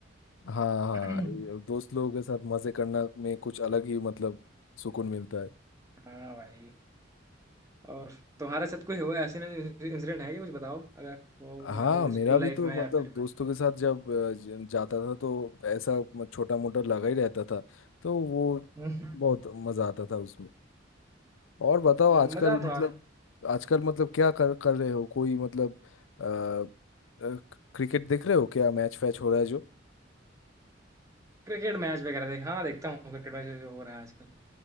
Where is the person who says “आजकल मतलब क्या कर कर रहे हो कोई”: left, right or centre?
Left